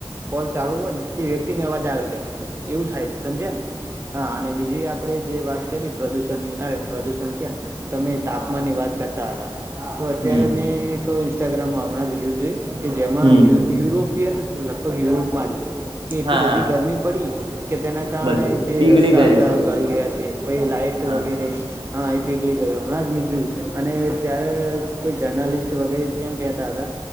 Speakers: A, on the right (about 25°); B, on the right (about 60°).
A: કોલ ચાલુ હોય ને તે વ્યક્તિ ને અવાજ આવી ગાય એવું થાય છે સમજ ને હા અને બીજી આપડે જે વાત કરી પ્રદુષણ અરે પ્રદુણ ક્યા તમે તાપમાન ની વાત કરતા હતા તો અત્યારે
B: હમ
A: મેં એક ઇન્સ્ટાગ્રામ હમણાં જ રીલ જોઈ કે જેમાંયુ
B: હમ.
A: યુરોપ લગભગ યુરોપમાં જ કે એટલી
B: હા
A: બધી
B: હા
A: ગરમી પડી કે તેના કારણે
B: બધું
A: જે
B: પીગળી
A: રસ્તા
B: ગયું
A: હતા ગળી ગયા છે પ લાઈટ
B: હા.
A: વગેરે
B: હા
A: આઈપીએ ગયો હમણાં જ મ્યુ અને ત્યારે કોઈ જર્નાલિસ્ટ વગેરે કેમ કેતા હતા